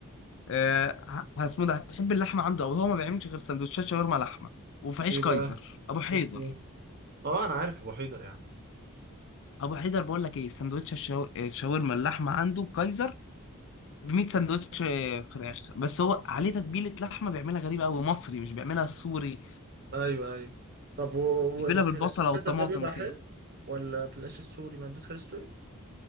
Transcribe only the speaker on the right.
ايه
بقى
اسمه إيه؟ اه انا عارف ابو حيدر يا عم
ايوه ايوه طب و-
وفي
العيش
الأسد ده بيبقى
حلو ولا في العيش السوري ما عندوش عيش سوري؟